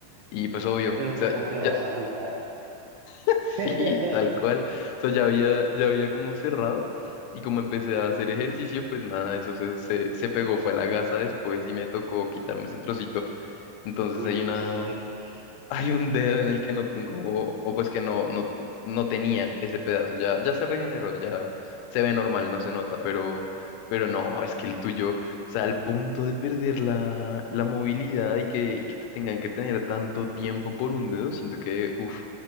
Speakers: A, on the left; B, on the right.
A: Y pues obvio,
B: Pero
A: o sea,
B: ¿cómo te
A: ya,
B: vas a jugar?
A: <laughs>
B: <laughs>
A: sí, tal cual. O sea, ya había, ya había como cerrado y como empecé a hacer ejercicio, pues nada, eso se, se, se pegó, fue a la gasa después y me tocó quitarme ese trocito. Entonces
B: Uy,
A: hay
B: no,
A: una,
B: eso duele mucho.
A: Hay un dedo en el que no tengo, o pues que no, no, no tenía ese pedazo, ya, ya se regeneró, ya se ve normal, no se nota, pero, pero no, es que el tuyo, o sea, al punto de perder la, la movilidad y que, y que te tengan que tener tanto tiempo por un dedo, siento que, uff,